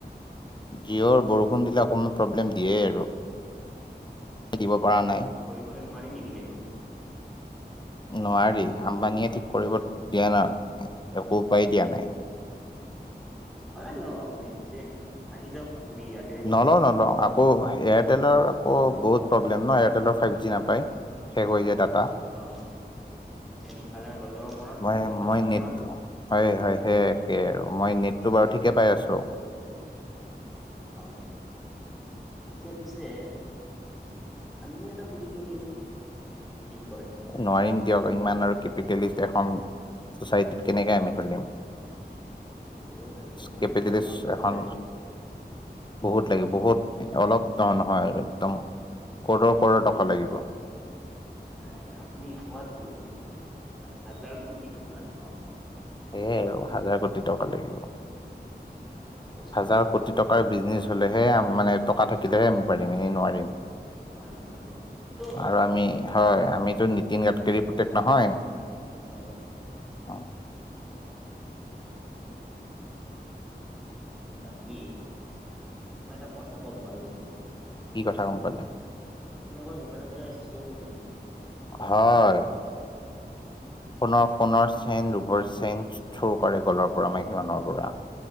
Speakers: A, on the left (about 25°); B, in the centre.
A: যিঅৰ বৰষুণ দিলে অকমান প্ৰব্লেম দিয়ে আৰু দিব পৰা নাই।
B: ঠিক কৰিবলৈ নোৱাৰি নেকি এইটো।
A: নোৱাৰি আম্বানীয়ে ঠিক
B: এতিয়া
A: কৰিব দিয়া নাই, একো উপায় দিয়া নাই।
B: কৰাই লওক আপুনি পিছে, আহি যাওক আপুনি ইয়াতে।
A: নলওঁ নলওঁ আকৌ এয়াৰটেলৰ আকৌ বহুত প্ৰব্লেম ন এয়াৰটেলৰ ফাইভ জি নাপায়। শেষ হৈ যায় তাত।
B: হয় মানে ইফালে গ'লেও মৰণ
A: মই
B: সিফালে গ'লেও
A: মই নেট
B: মৰণ।
A: হয় হয় সেই একে আৰু মই নেটটো বাৰু ঠিকে পাই আছো।
B: হয়, এতিয়া পিছে আমি এটা খুলি দিওঁ নেকি কি কয়।
A: নোৱাৰিম দিয়ক। ইমান আৰু কেপিটেলিষ্ট এখন চচাইটিত কেনেকে আমি খোলিম।
B: সেইটোও হয় মূলধনটো
A: কেপিটেলিষ্ট
B: আমাক বহুত
A: এখন
B: লাগিব
A: বহুত লাগে বহুত অলপ নহয় আৰু একদম কৰ'ৰ ক'ৰৌৰ টকা লাগিব।
B: নাই আপুনি কোৱাত ভুল হাজাৰ কোটি টকা লাগিব আমাক।
A: হেইয়ে আৰু হাজাৰ কোটি টকা লাগিব
B: কষ্ট
A: হাজাৰ
B: বহুত
A: কোটি টকাৰ বিজনেছ হলেহে মানে টকা থাকিলেহে আমি পাৰিম, এনেই নোৱাৰিম।
B: নোৱাৰো নোৱাৰো এইটোতো অসম্ভৱ
A: আৰু আমি
B: কথা।
A: হয় আমিতো নীতিন গাডকাৰী পুতেক নহয়।
B: হয়।
A: অ
B: বাকী মই এটা কথা গম পালো।
A: কি কথা গম পালে?
B: আপোনালোকৰ সেইফালে বোলে চোৰ ওলাইছে।
A: হয়। সোণৰ সোণৰ চেন ৰূপৰ চেন চুৰ কৰে গলৰ পৰা মাইকী মানুহৰ পৰা।